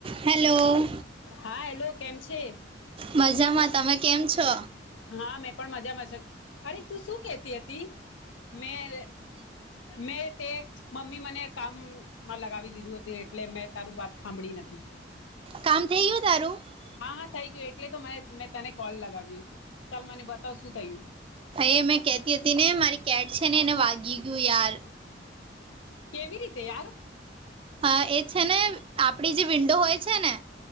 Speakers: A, on the right (about 30°); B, on the left (about 85°).
A: હાલો.
B: હા હેલો કેમ છે.
A: મજામાં તમે કેમ છો
B: હા મેં પણ મજામાં અરે તું શું કેતી હતી. મેં મેં તે મમ્મી મને કામમાં લગાવી દીધું હતું. એટલે મેં તારું વાત સાંભળી નથી
A: કામ થઈ ગયું તારું
B: હા હા થઈ ગયું એટલે તો મને મેં તને કોલ લગાવ્યું ચાલ મને બતાવ શું થયું
A: એ મેં કેતી હતી ને મારી કેટ છે ને એને વાગી ગીગું યાર
B: કેવી રીતે યાર
A: હા એ છે ને આપડી જે વિન્ડો હોય છે ને